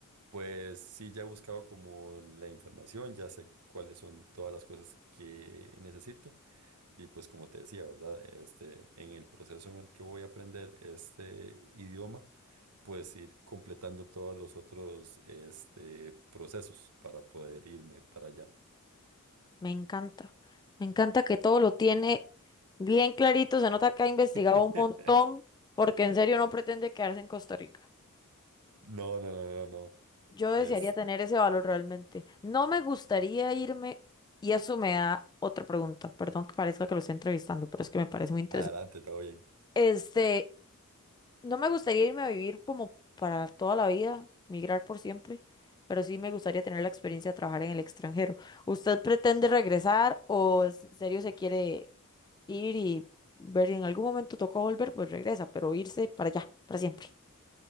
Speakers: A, on the right (about 85°); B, on the left (about 20°).
A: Pues sí, ya he buscado como la información, ya sé cuáles son todas las cosas que necesito. Y pues como te decía, ¿verdad? Este, en el proceso en el que voy a aprender este idioma, pues ir completando todos los otros este, procesos para poder irme para allá.
B: Me encanta. Me encanta que todo lo tiene bien clarito. Se nota que ha investigado
A: <laughs>
B: un montón porque en serio no pretende quedarse en Costa Rica.
A: No, no, no, no, no.
B: Yo
A: Es
B: desearía tener ese valor realmente. No me gustaría irme, y eso me da otra pregunta. Perdón que parezca que lo esté entrevistando, pero es que me parece muy interesante.
A: adelante, todo bien.
B: Este, no me gustaría irme a vivir como para toda la vida, migrar por siempre, pero sí me gustaría tener la experiencia de trabajar en el extranjero. ¿Usted pretende regresar o en serio se quiere ir y ver si en algún momento tocó volver, pues regresa, pero irse para allá, para siempre?